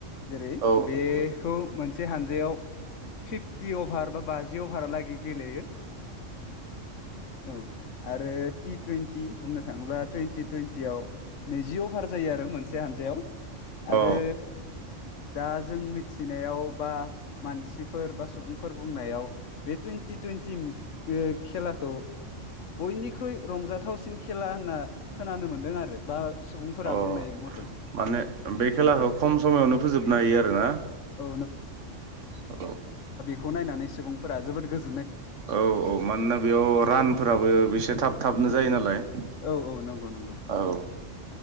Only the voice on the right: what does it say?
औ
नंगौ
औ
अ
माने बे खेलाखौ
खम समायावनो फोजोबनो हायो आरोना
<unintelligible>
औ औ मानोना बेयाव रानफोराबो बेसे थाब थाबनो जायो नालाय
औ